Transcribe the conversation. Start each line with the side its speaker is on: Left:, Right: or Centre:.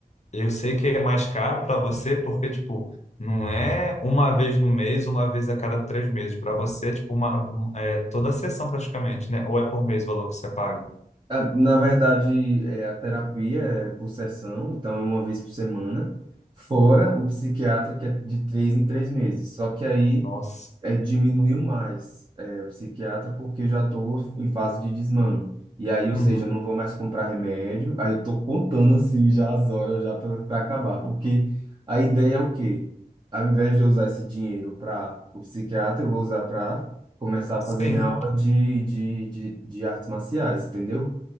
Left: Eu sei que é mais caro para você porque, tipo, não é uma vez no mês, uma vez a cada três meses. Para você, é, tipo, uma, um- é toda a sessão praticamente, né? Ou é por mês o valor que você paga?
Right: A- Na verdade, é, a terapia é por sessão, então é uma vez por semana, fora o psiquiatra, que é de três em três meses. Só que aí
Left: Nossa.
Right: é, diminuiu mais é, o psiquiatra, porque eu já estou em fase de desmame. E aí, ou
Left: Uhum.
Right: seja, eu não vou mais comprar remédio, aí eu estou contando assim já as horas já para acabar. Porque a ideia é o quê? Ao invés de eu usar esse dinheiro para o psiquiatra, eu vou usar para começar a
Left: Sim,
Right: fazer minha aula de, de, de, de artes marciais, entendeu?